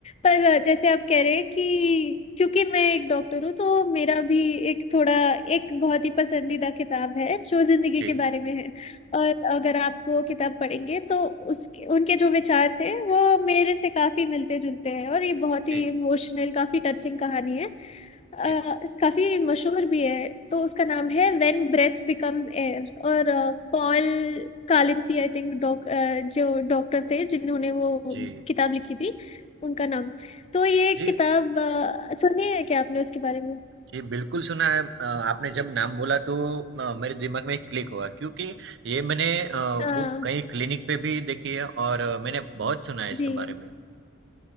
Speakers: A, on the left; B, on the right.
A: पर जैसे आप कह रहे हैं कि क्योंकि मैं एक डॉक्टर हूँ तो मेरा भी एक थोड़ा एक बहुत ही पसंदीदा किताब है जो जिंदगी
B: जी
A: के बारे में है और अगर आप वो किताब पढ़ेंगे तो उसके उनके जो विचार थे वो मेरे से काफी मिलते जुलते हैं और ये बहुत
B: जी
A: ही इमोशनल काफी टचिंग कहानी है अ,
B: जी
A: काफी मशहूर भी है तो उसका नाम है व्हेन ब्रेथ बिकम्स एयर और पॉल कालिंती आई थिंक डॉक अ, जो डॉक्टर थे जिन्होंने वो
B: जी
A: किताब लिखी थी उनका नाम तो ये
B: जी
A: किताब अ, सुनी है क्या आपने उसके बारे में
B: जी बिल्कुल सुना है अ, आपने जब नाम बोला तो अ, मेरे दिमाग में क्लिक हुआ क्योंकि ये मैंने
A: हाँ
B: बुक कहीं क्लिनिक पे भी देखी है और अ, मैंने बहुत सुना है इसके
A: जी
B: बारे में